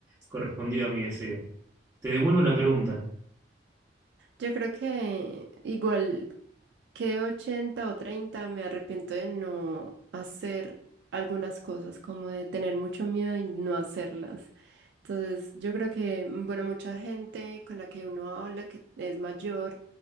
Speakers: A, on the right; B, on the right.
A: correspondido a mi deseo. Te devuelvo la pregunta.
B: Yo creo que igual. que 80 o 30 me arrepiento de no hacer algunas cosas, como de tener mucho miedo y no hacerlas. Entonces, yo creo que, mm, bueno, mucha gente con la que uno habla, que es mayor,